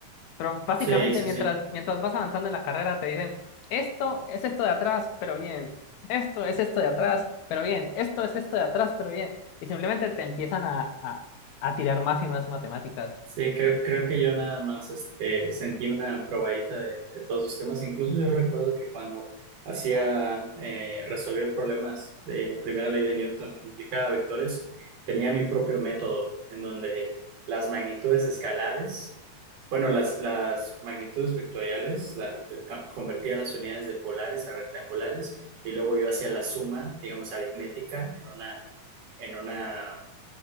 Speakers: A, on the left; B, on the right.
A: Pero básicamente,
B: Sí, sí,
A: mientras,
B: sí.
A: mientras vas avanzando en la carrera, te dicen, esto es esto de atrás, pero bien. Esto es esto de atrás, pero bien. Esto es esto de atrás, pero bien. Y simplemente te empiezan a, a, a tirar más y más matemáticas.
B: Sí, creo, creo que yo nada más este, sentí una probadita de, de todos sus temas. Incluso yo recuerdo que cuando hacía, eh, resolvió problemas de primera ley de Newton que implicaba vectores, tenía mi propio método en donde las magnitudes escalares, bueno, las, las magnitudes vectoriales, la, ca- convertía las unidades de polares a rectangulares y luego yo hacía la suma, digamos, aritmética en una, en una